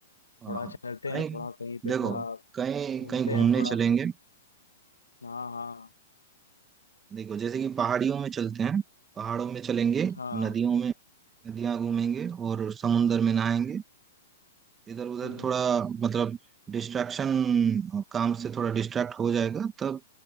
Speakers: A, on the right; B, on the left.
A: हाँ
B: थोड़ा
A: हाँ।
B: चलते
A: कहीं
B: हैं थोड़ा कहीं पे
A: देखो
B: थोड़ा
A: कहीं
B: घूमते
A: कहीं घूमने
B: हैं थोड़ा
A: चलेंगे
B: हाँ हाँ
A: देखो जैसे कि पहाड़ियों में चलते हैं पहाड़ों में चलेंगे
B: हाँ
A: नदियों में नदियां घूमेंगे और समुंदर में नहाएंगे इधर उधर
B: ठीक
A: थोड़ा
B: है
A: मतलब डिस्ट्रैक्शन काम से थोड़ा डिस्ट्रैक्ट हो जाएगा तब